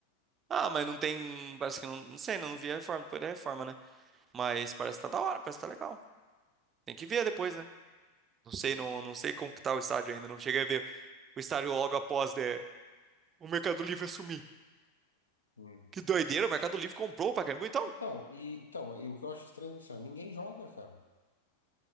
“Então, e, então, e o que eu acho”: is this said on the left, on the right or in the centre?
Left